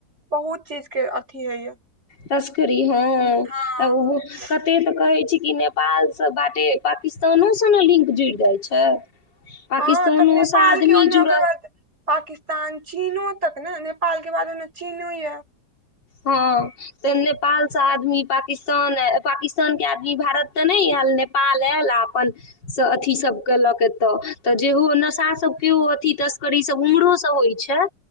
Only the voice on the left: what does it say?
तस्करी हँ
आ ओ कते तऽ कहै छी ई नेपालसँ बाटे पाकिस्तानो सँ ने लिंक जुड़ि जाइ छै पकिस्तानो
सं आदमी
जुड़ल
हँ तऽ नेपाल से आदमी पाकिस्तान पाकिस्तान के आदमी भारत तऽ नहि यल नेपाल आयल अपन अथी सब केलक एतऽ तऽ जेहो नशा सब पो अथी तस्करी सब उम्हरो से होइ छै